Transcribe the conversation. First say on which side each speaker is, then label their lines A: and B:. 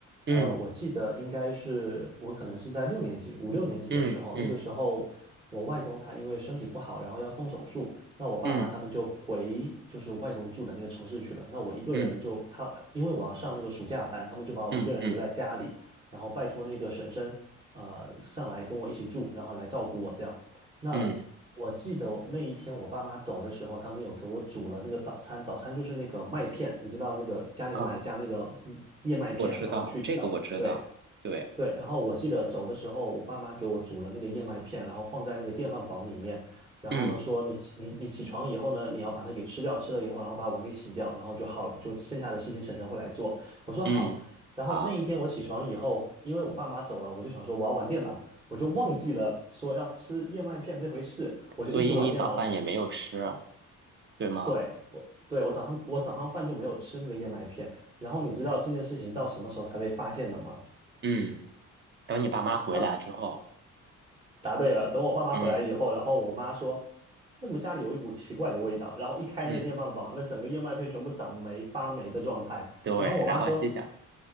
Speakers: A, on the right; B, on the right.
A: 嗯
B: 呃，我记得应该是我可能是在六年级、五六年级的时候，
A: 嗯嗯
B: 那个时候我外公他因为身体不好，然后要动手术，那我爸妈他们就回就是外公住的那个城市去了。
A: 嗯
B: 那我一个人就他他，
A: 嗯
B: 因为我要上那个暑假班，他们就把我一个人留在家里，
A: 嗯嗯
B: 然后拜托那个婶婶呃上来跟我一起住，然后来照顾我这样。那我记得那一天我爸妈走的时候，
A: 嗯
B: 他们有给我煮了那个早餐，早餐就是那个麦片，你知道那个加牛奶加那个嗯燕麦片，
A: 嗯。我知道，
B: 然后去调，
A: 这个我知道，
B: 对，
A: 对，
B: 对，然后我记得走的时候，我爸妈给我煮了那个燕麦片，然后放在那个电饭煲里面，然后呢说你起你你起床以后呢，
A: 嗯
B: 你要把那给吃掉，吃了以后，然后把碗给洗掉，然后就好了，就剩下的事情婶婶会来做。我说好，
A: 嗯好，
B: 然后那一天我起床以后，因为我爸妈走了，我就想说我要玩电脑，我就忘记了说要吃燕麦片这回事，我就一直玩电脑。
A: 所以你早饭也没有吃，对吗？
B: 对，我对我早上我早上饭就没有吃那个燕麦片，然后你知道这件事情到什么时候才被发现的吗？
A: 嗯等你爸妈回来之后，
B: 到答对了。等我爸妈回来以后，
A: 嗯
B: 然后我妈说，为什么家里有一股奇怪的味道？然后一开那个电饭煲，
A: 嗯
B: 那整个燕麦片全部长霉发霉的状态。
A: 对，
B: 然后我妈说，
A: 然后心想，